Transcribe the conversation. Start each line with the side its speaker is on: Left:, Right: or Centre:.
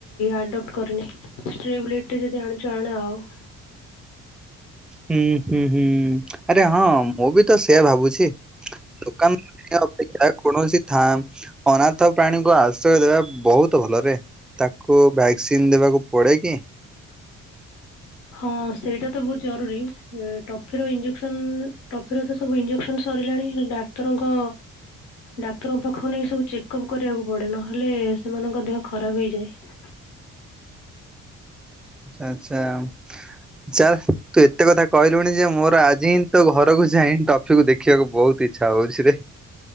Left: ଆଡପ୍ଟ କରିନି ସ୍ଟ୍ରେ ବୁଲେଟ୍ ଟେ ଯଦି ଆଣୁଚୁ ଆଣେ ଆଉ। <inaudible>
Centre: ହୁଁ ହୁଁ ହୁଁ ଆରେ ହଁ ମୁଁ ବି ତ ସେୟା ଭାବୁଚି। ଦୋକାନ ଅପେକ୍ଷା କୌଣସି ଥା ଅନାଥ ପ୍ରାଣୀଙ୍କୁ ଆଶ୍ରୟ ଦେବା ବହୁତ ଭଲରେ। ତାକୁ ଭ୍ୟାକ୍ସିନ ଦେବାକୁ ପଡେ କି?
Left: ହଁ ସେଇଟା ତ ବହୁତ ଜରୁରୀ ଟଫିର ଇଞ୍ଜେକ୍ସନ ଟଫିର ତ ସବୁ ଇଞ୍ଜେସନସ ସରିଲାଣି। ଡାକ୍ତରଙ୍କ ଡାକ୍ତରଙ୍କ ପାଖକୁ ନେଇକି ସବୁ ଚେକଅପ୍ କରିବାକୁ ପଡ଼େ ନହେଲେ ସେମାନଙ୍କ ଦେହ ଖରାପ ହେଇଯାଏ।
Centre: ଆଛା ଆଚ୍ଛା ହଉ ଚାଲ ତୁ ଏତେ କଥା କହିଲୁଣି ଯେ ମୋର ଆଜି ହିଁ ତ ଘର କୁ ଯାଇ ଟଫିକୁୁ ଦେଖିବାକୁ ବହୁତ ଇଚ୍ଛା ହଉଚି ରେ।